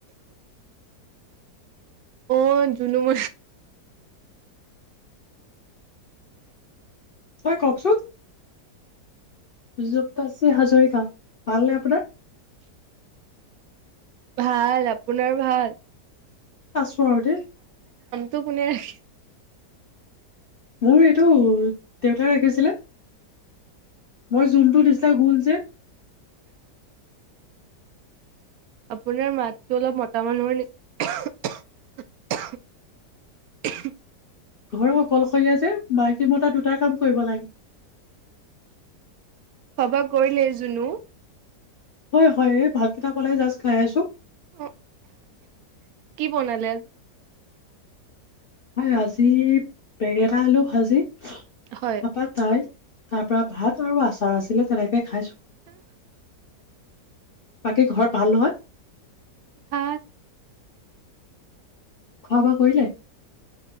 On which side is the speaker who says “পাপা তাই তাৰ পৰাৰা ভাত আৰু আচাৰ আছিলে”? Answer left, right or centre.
Left